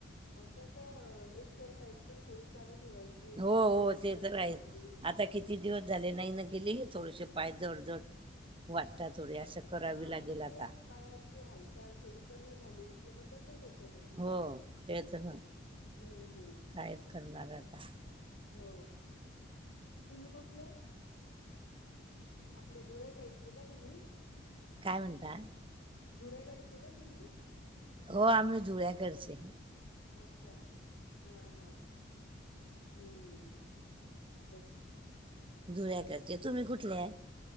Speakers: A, on the left (about 70°); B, on the right (about 30°).
A: कसं एक्सरसाइज. पणथडी लू ठेवायची. एक्सरसाइज
B: हो हो ते
A: करत
B: तर
A: राहायची.
B: आहे आता किती. किती दिवस झाले नाही ना गेली थोडेसे पाय जडजड वाटतात थोडे असं. करावी
A: हा
B: लागेल
A: मग
B: आता.
A: तेच पायाची हालचाल थोडी कमी झाली. कि मग तसच होतं ते.
B: हो तेच पण.
A: हम्म हम्म.
B: कायद करणार आता.
A: हो तुम्ही कुठले? आपल्या धुळ्या साईडचे का तुम्ही?
B: काय म्हणता?
A: धुळ्या काढचे का तुम्ही?
B: हो आम्ही धुळ्याकडचे.
A: अच्छा हां हां. हम्म यच
B: धुळ्याकडचे, तुम्ही कुठल्या आहे?